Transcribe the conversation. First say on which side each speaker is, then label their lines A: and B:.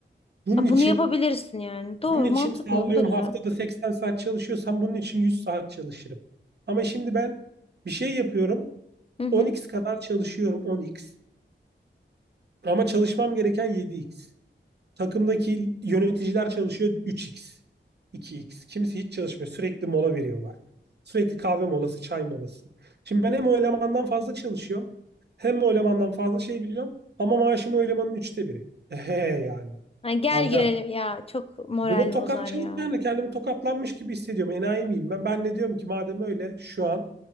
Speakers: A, on the right (about 55°); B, on the left (about 30°).
A: bunun
B: Ha,
A: için
B: bunu yapabilirsin yani. Doğru,
A: bunun için
B: mantıklı.
A: sallıyorum
B: Bu da güzel.
A: haftada 80 saat çalışıyorsam bunun için 100 saat çalışırım ama şimdi ben bir şey yapıyorum
B: Hı hı.
A: on x kadar çalışıyorum on x ama çalışmam gereken yedi x Takımdaki yöneticiler çalışıyor 3x, 2x. Kimisi hiç çalışmıyor. Sürekli mola veriyorlar. Sürekli kahve molası, çay molası. Şimdi ben hem o elemandan fazla çalışıyorum, hem o elemandan fazla şey biliyorum ama maaşım o elemanın üçte biri. Ehe yani.
B: Ay, gel
A: Kanka
B: gelelim ya. Çok moral
A: bu da tokatçılık
B: bozar ya.
A: yani kendimi tokatlanmış gibi hissediyorum. Enayi miyim ben? Ben de diyorum ki madem öyle şu an